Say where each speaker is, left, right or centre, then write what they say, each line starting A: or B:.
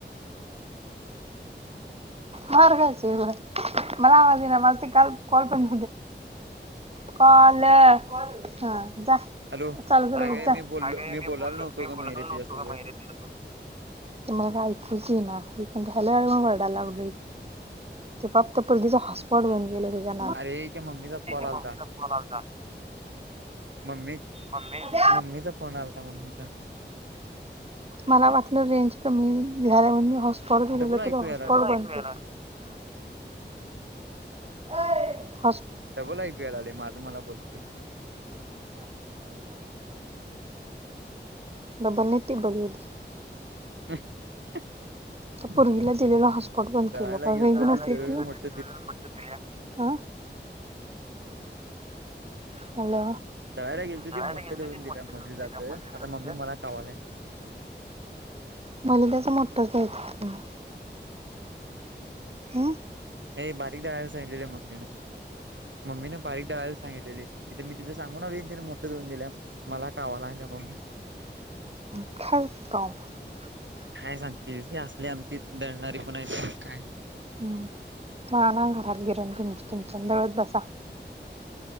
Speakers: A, on the right (about 85°); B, on the right (about 35°).
A: <inaudible>
B: मार खाशील बघ मला आवाजे ना मस् का कॉल पण कॉल हा जा
A: हॅलो
B: चालू म
A: अगे
B: जाग
A: मी बोललो
B: मी
A: बोलायला
B: ब
A: नव्हतो
B: मी बोलत
A: ग मयुरी
B: नव्हो
A: तुझ्यासोबत
B: का मा दिस ते मला का ऐकूच ये ना हेक हॅलो हॅलो मनू ओरडायला लागले ते फक्त पोरगीचा हॉटस्पॉटचा आणि तिच्या
A: अरे त्या मम्मीचा कॉल आलता
B: मम्मीचा फोन आलता
A: मम्मी
B: मम्मी
A: मम्मीचा फोन आलता मम्मीचा
B: मला वाटलं रेंज कमी झाल्या म्हण मी हॉसपॉट दिलेलं
A: डबल ऐकू
B: तरी हॉसपॉट
A: यायला आले
B: बनते अय, <unintelligible> <unintelligible> <unintelligible>
A: डबल ऐकू यायला आले माझं मला बोलले
B: डब्बल नाही तिब्बल येऊ द्या.
A: <unintelligible>
B: त्या पोरगीला दिलेला हॉटस्पॉट बंद
A: दळायला
B: केलो कारण
A: गेलतो
B: रेंज नसली
A: त दळून
B: की हा
A: मोठ
B: <unintelligible>
A: दळायला गेलतो
B: नळायला
A: ते मोठ
B: गेलतो
A: दळून
B: ती मोटर
A: दिलं
B: घेऊन
A: जातं
B: दिल्या मध्ये
A: आता
B: जातलं
A: मम्मी मला कावाले.
B: मला त्याच मोठंच द्यायचं होतं. हम
A: हे बारीक दळायला सांगितलेलं मम्मीनं. मम्मीनं बारीक दळायला सांगितलेत. इथे मी तिथं सांगून आलोय तिने मोठं दळून दिलय मला कावाय लागल्या मम्मी.
B: <unintelligible>
A: काय सांगतेस? ही आमची दळणारी पण आहेत ना. काय?
B: हम्, मग आना घरात गिरण तुमची, तुमची न दळत बसा.